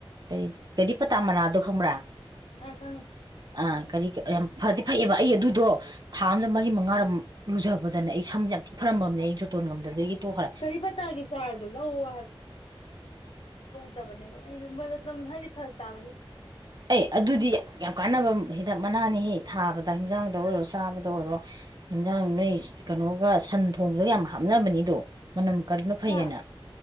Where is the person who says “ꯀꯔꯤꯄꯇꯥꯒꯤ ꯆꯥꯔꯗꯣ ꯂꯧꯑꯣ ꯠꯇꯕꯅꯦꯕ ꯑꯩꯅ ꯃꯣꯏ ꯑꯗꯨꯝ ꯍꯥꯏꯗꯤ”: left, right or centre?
Left